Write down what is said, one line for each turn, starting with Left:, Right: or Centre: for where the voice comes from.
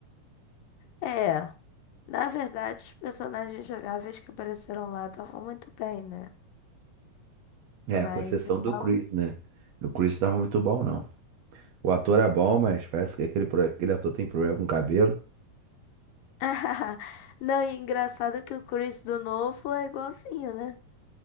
Left: É, na verdade, os personagens jogáveis que apareceram lá estavam muito bem, né?
Right: É,
Left: Mas
Right: com exceção do
Left: ela.
Right: Chris, né? O Chris não tava muito bom, não. O ator é bom, mas parece que aquele, pro- aquele ator tem problema com cabelo.
Left: <laughs> Não, e engraçado que o Chris do novo é igualzinho, né?